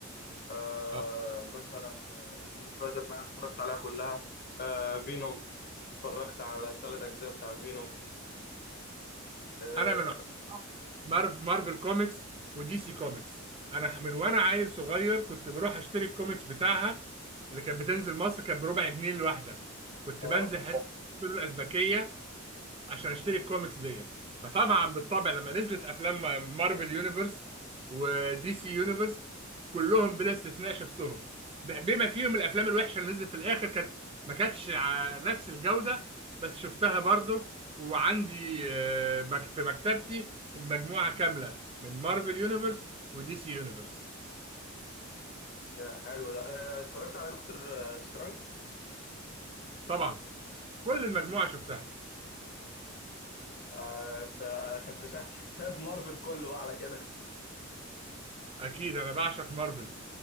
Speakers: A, on the left; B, on the right.
A: آه
B: آه،
A: مثلا آه، دي سبايدر مان اتفرجت عليها كلها آه فينوم اتفرجت على الثلاث اجزاء بتاع فينوم اه
B: انا من مارف مارفل كوميكس ودي سي كوميكس انا من وانا عيل صغير كنت بروح اشتري الكوميكس بتاعها اللي كانت بتنزل مصر كانت بربع جنيه الواحده كنت
A: آه،
B: بنزل حته الفول الازبكيه عشان اشتري الكوميكس ديت فطبعا بالطبع لما نزلت افلام مارفل يونيفرس ودي سي يونيفرس كلهم بلا استثناء شفتهم ب- بما فيهم الافلام الوحشه اللي نزلت في الاخر كانت ما كانتش على نفس الجوده بس شفتها برضو وعندي آه، مك- في مكتبتي المجموعه كامله من مارفل يونيفرس ودي سي يونيفرس
A: جا- حلو ده آه، اتفرجت على دكتور سترانج
B: طبعا كل المجموعه شفتها
A: آه، انت <laughs> انت شا- شايف مارفل كله بقى على كده
B: اكيد انا بعشق مارفل